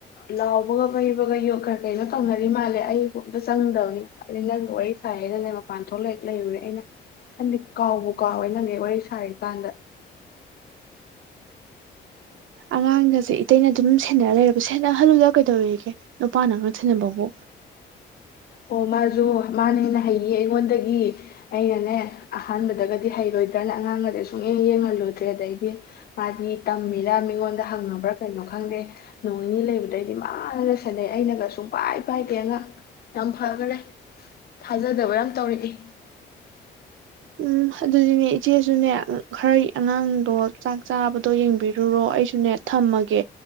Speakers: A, on the left (about 50°); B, on the right (about 80°).
A: ꯂꯥꯎꯕꯒ ꯐꯩꯕꯒ ꯌ ꯀꯩꯅꯣ ꯇꯧꯅꯔꯤ ꯃꯥꯜꯂꯦ ꯑꯩ ꯀꯣꯛꯇ ꯆꯪꯗꯕꯅꯤ ꯉꯁꯥꯏꯗ ꯅꯪꯒ ꯋꯥꯔꯤ ꯁꯥꯏꯌꯦꯅꯅꯦ ꯃꯄꯥꯟ ꯊꯣꯛꯂꯦꯛ ꯂꯩꯔꯨꯔꯦ ꯑꯩꯅ ꯈꯟꯗꯤ ꯀꯥꯎꯕ ꯀꯥꯎ ꯍꯣꯏ ꯅꯪꯒꯤ ꯋꯥꯔꯤ ꯁꯥꯔꯤ ꯀꯥꯟꯗ
B: ꯑꯉꯥꯡꯒꯥꯁꯦ ꯏꯇꯩꯅ ꯑꯗꯨꯝ ꯁꯦꯟꯅꯔ ꯂꯩꯔꯕ ꯁꯦꯠꯅꯍꯜꯂꯨꯗ ꯀꯩꯗꯧꯔꯤꯒꯦ ꯅꯨꯄꯥꯅ ꯑꯉꯥꯛ ꯁꯦꯟꯅꯕꯕꯨ
A: ꯑꯣ ꯃꯥꯁꯨ ꯃꯥꯅꯦꯦꯟꯅ ꯍꯩꯌꯦꯌꯦ ꯑꯩꯉꯣꯟꯗꯒꯤ ꯑꯩꯅꯅꯦ ꯑꯍꯥꯟꯕꯗꯒꯗꯤ ꯍꯩꯔꯣꯏꯗ꯭ꯔꯅ ꯑꯉꯥꯡꯒꯁꯦ ꯁꯨꯡꯌꯦꯦ ꯌꯦꯡꯍꯜꯂꯨꯗ꯭ꯔꯦ ꯑꯗꯩꯗꯤ ꯃꯥꯗꯤ ꯇꯝꯃꯤꯔꯥ ꯃꯤꯉꯣꯟꯗ ꯍꯪꯉꯕ꯭ꯔꯥ ꯀꯩꯅꯣ ꯈꯪꯗꯦ ꯅꯣꯡ ꯅꯤꯅꯤ ꯂꯩꯕꯗꯩꯗꯤ ꯃꯥꯅ ꯁꯦꯅꯩ ꯑꯩꯅꯒ ꯁꯨꯡꯄꯥꯏ ꯄꯥꯏꯗꯦ ꯑꯉꯥꯡ ꯌꯥꯝ ꯐꯈꯔꯦ ꯊꯥꯖꯗꯕ ꯌꯥꯝ ꯇꯧꯔꯛꯏ
B: ꯎꯝ ꯑꯗꯨꯗꯤꯅꯦ ꯏꯆꯦꯁꯨꯅꯦ ꯈꯔ ꯑꯉꯥꯡꯗꯣ ꯆꯥꯛ ꯆꯥꯕꯗꯣ ꯌꯦꯡꯕꯤꯔꯨꯔꯣ ꯑꯩꯁꯨꯅꯦ ꯊꯝꯃꯒꯦ